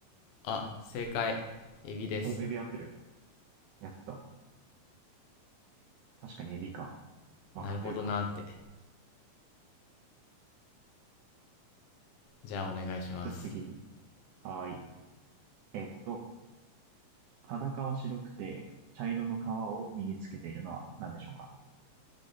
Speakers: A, on the left (about 85°); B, on the right (about 70°).
A: あ、正解。エビです。
B: お、エビ合ってる。やった。確かにエビか。曲がってるか。
A: なるほどなーって。じゃあ、お願いします。
B: じゃあ次。はい。えっと、裸は白くて、茶色の皮を身につけているのは何でしょうか